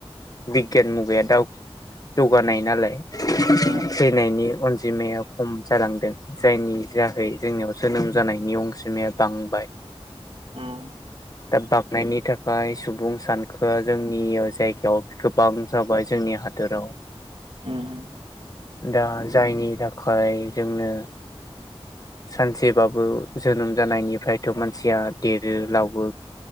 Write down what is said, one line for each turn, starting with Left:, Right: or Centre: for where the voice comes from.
Left: बिगियान मुगाया दा जौगानाय नालाय
Right: उम
Left: थैनायनि अनजिमाया खम जालांदों जायनि जायाखै जोंनियाव जोनोम जानाय नि अनजिमाया बांबाय
Right: उम
Left: दा बांनायनि थाखाय सुबुं सानखोआ जोंनि जायगायाव गोबां जाबाय जोंनि हादोराव
Right: उम
Left: दा जायनि थाखाय जोंनो सानसेबाबो जोनोम जानायनिफ्रायथ मानसिया देरो लावो